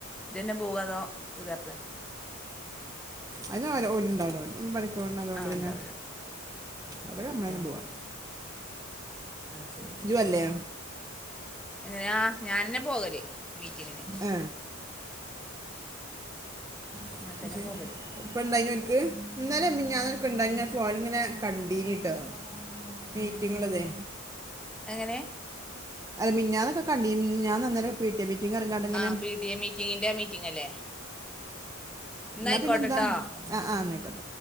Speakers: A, in the centre; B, on the right.
A: ഇജന്നെ പോവാ അതോ പുതിയാപ്പളെ?
B: അയിന് ഓല് ഓല്ണ്ടാവൂല ഓലെന്നും പണിക്ക്പോണതോണ്ട്
A: ആ
B: പിന്നെ
A: ഉണ്ടാവില്ല
B: അപ്പം ഞ്ഞമ്മള്ളനെ
A: ഏ
B: പോവാ.
A: അത് ശരി
B: ഇജ്ജ് പോവ <unintelligible> ല്ലേ.
A: എങ്ങനെയാ ഞാനന്നെ പോകല് മീറ്റിങ്ങിന്.
B: ആ <unintelligible>
A: അങ്ങനെ തന്നെ
B: ശെരി
A: പോകല്
B: ഇപ്പണ്ടായിനോൽക്ക് ഇന്നലെ മിനിഞ്ഞാന്നക്കെണ്ടായി ഇങ്ങനെ ഫോണില്ങ്ങനെ കണ്ടീനിട്ടോ. മീറ്റിങ്ങ്ള്ളതെ
A: എങ്ങനെ?
B: അല്ല മിഞ്ഞാന്നൊക്കെ കണ്ടിനി മിഞ്ഞാന്നോന്നലേ പി ടി എ മീറ്റിംഗ് ഇറങ്ങാണ്ട് ഇങ്ങനെ
A: ആഹ പി ടി എ മീറ്റിങ്ങിന്റെ മീറ്റിംഗ് അല്ലേ? എന്നായിക്കോട്ടെട്ടോ
B: ഇന്നാ പിന്നെന്താ അ ആ ഇന്നയ്കോട്ടെ.